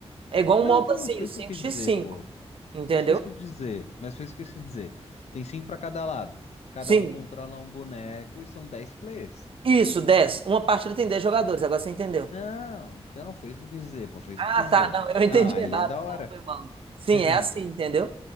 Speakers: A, on the right (about 55°); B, on the left (about 85°).
A: É igual
B: Não,
A: um MOBAzinho,
B: então, mas foi isso
A: cinco
B: que eu quis
A: x
B: dizer,
A: cinco,
B: pô.
A: entendeu?
B: Mas fez o que eu quis dizer. Mas fez o que eu quis dizer. Tem cinco pra cada lado. Cada
A: Sim.
B: um controla um boneco e são 10 players.
A: Isso, 10. Uma partida tem 10 jogadores, agora você entendeu.
B: Não, então foi isso que eu quis dizer. Pô, foi isso
A: Ah,
B: que eu quis
A: tá,
B: dizer.
A: não, eu entendi
B: Não, aí
A: errado,
B: é da hora.
A: então foi mal. Sim,
B: <laughs>
A: é assim, entendeu?